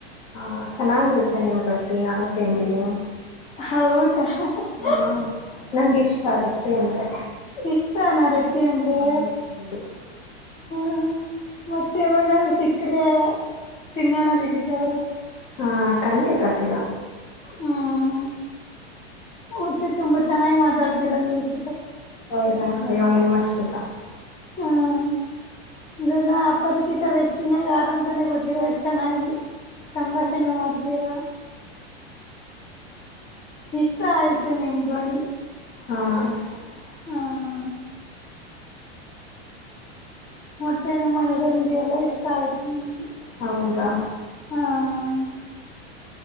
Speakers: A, on the left (about 50°); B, on the left (about 25°).
A: ಹಾ ಚೆನ್ನಾಗಿರುತ್ತೆ ನಿಮ್ ರೊಟ್ಟಿ ನಾನು ತಿಂದಿದ್ದೀನಿ
B: ಹೌದ್ ಹ್ಮ
A: ಹಾ ನಂಗೆ ಇಷ್ಟ ರೊಟ್ಟಿ ಅಂದ್ರೆ
B: ಇಷ್ಟ ನ ರೊಟ್ಟಿ ಅಂದ್ರೆ
A: ಹೌ ಹೌದು
B: ಹ್ಮ ಮತ್ತೆ ಯಾವಾಗರು ಸಿಕ್ರೆ ತಿನ್ನೋಣ ಲಿಖಿತ ಅವ್ರೆ
A: ಹಾ ಖಂಡಿತ ಸ <unintelligible>
B: ಹ್ಮ್ ಮತ್ತೆ ತುಂಬಾ ಚೆನ್ನಾಗಿ ಮಾತಾಡ್ತಿರಲ್ <unintelligible>
A: ಹೌದಾ ಅಯ್ಯೋ ನಿಮ್ಮ ಅಷ್ಟಿಲ್ಲ <unintelligible>
B: ಹ್ಮ್ ಇದನ್ನ ಅಪರಿಚಿತ ವ್ಯಕ್ತಿನ ಯಾರಂತಾನೆ ಗೊತ್ತಿರ <unintelligible> ಚೆನ್ನಾಗಿ ಸಂಭಾಷಣೆ ಮಾಡ್ತೀರಾ <unintelligible> ಇಷ್ಟ ಆಯ್ತು ನಿಮ್ ಧ್ವನಿ <unintelligible>
A: ಹ್ಮ <unintelligible>
B: ಹಾ <unintelligible> ಮತ್ತೆ ನಿಮ್ಮನೆಡೆ ನುಡಿ ಎಲ್ಲ ಇಷ್ಟ ಆಯ್ತು <unintelligible>
A: ಹೌದಾ
B: ಹಾ <unintelligible>